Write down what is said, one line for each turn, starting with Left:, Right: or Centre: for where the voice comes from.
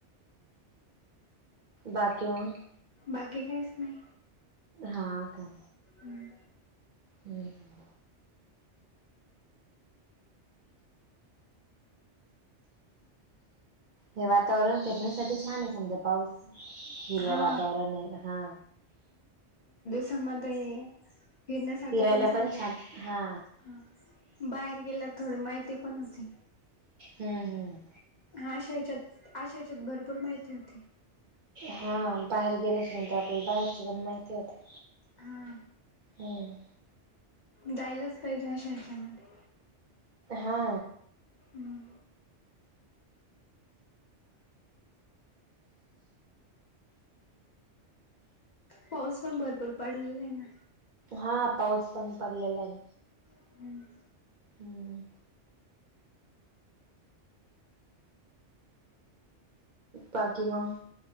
Right: बाकी मग.
Left: बाकी काइच नाय.
Right: हा का?
Left: हम्म
Right: हम्. हे वातावरण फेटण्यासाठी छान आहे, समजा पाऊस. हिरव
Left: हा
Right: वातावरण हे हा.
Left: समत <inaudible> फिरण्यासाठी
Right: फिरायला
Left: पण जाण,
Right: छान हा
Left: हा बाहेर गेल्यावर थोडी माहिती पण होती.
Right: हम्म हम्म.
Left: हा आशा याच्यात आशा याच्यात भरपूर माहिती होती.
Right: हा बाहेर गेल्याच्या नंतर आपल्याला बाहेरचं पण माहिती होते.
Left: हा
Right: हम्म.
Left: जायलाचं पाहिजे अशा ह्याच्यामध्ये.
Right: हा.
Left: हम्म पाऊस पण भरपूर पडलेला आहे ना.
Right: हा पाऊस पण पडलेला आहे.
Left: हम्म
Right: हम्म. बाकी मग?